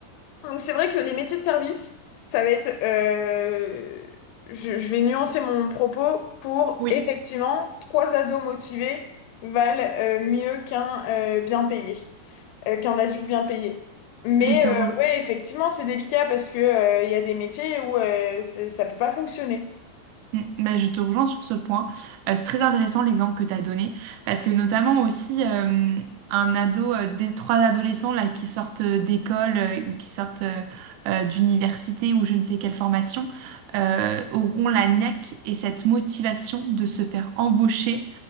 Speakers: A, on the left; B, on the right.
A: Donc c'est vrai que les métiers de service, ça va être, euh, je, je vais nuancer mon propos pour
B: Oui,
A: effectivement, trois ados motivés valent euh, mieux qu'un euh, bien payé, euh, qu'un adulte bien payé. Mais
B: je te,
A: euh,
B: re-
A: ouais, effectivement, c'est délicat parce que euh, il y a des métiers où euh, c'est- ça peut pas fonctionner.
B: Mm, bah, je te rejoins sur ce point. Euh, c'est très intéressant l'exemple que tu as donné, parce que notamment aussi euh, un ado, euh, des trois adolescents là, qui sortent euh, d'école euh, ou qui sortent euh, euh, d'université ou je ne sais quelle formation, euh, auront la niaque et cette motivation de se faire embaucher